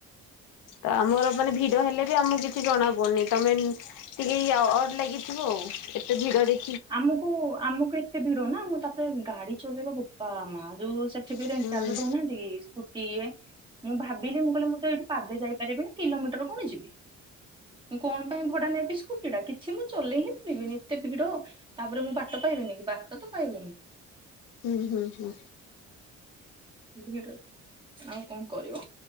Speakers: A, on the left; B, on the right.
A: ତ ଆମର ମାନେ ଭିଡ ହେଲେ ବି ଆମକୁ କିଛି ଜଣା ପଡ଼ୁନି ତମେ ଟିକେ ୟ ଅଡ଼ ଲାଗିଥିବ ଆଉ ଏତେ ଭିଡ ଦେ
B: ଆମୁକୁ ଆମୁକୁ ଏତେ ଭିଡ ନା ମୁଁ ତାପରେ ଗାଡି ଚଲେଇବା ବୋପା ମା ଯୋଉ ସେ ଟିଭି
A: ହୁଁ।
B: ରେଣ୍ଟାଲ ଦେଉନାହାନ୍ତି କି କିଏ ମୁଁ ଭାବିଲି ମୁଁ କହିଲି ମୁଁ ତ ଏଇଠୁ ପାଦେ ଯାଇପାରିବିନି କିଲୋମିଟର କଣ ଯିବି। ମୁଁ କଣ ପାଇଁ ଭଡା ନେବି ସ୍କୁଟି ଟା କିଛି ମୁଁ ଚଲେଇ ହିଁ ପାରିବିନି ଏତେ ଭିଡ ତାପରେ ମୁଁ ବାଟ ପାଇବିନିକି ବାଟ ତ ପାଇବିନି
A: ଉଁ ହୁଁ ହୁଁ
B: <inaudible> ଆଉ କଣ କରିବ,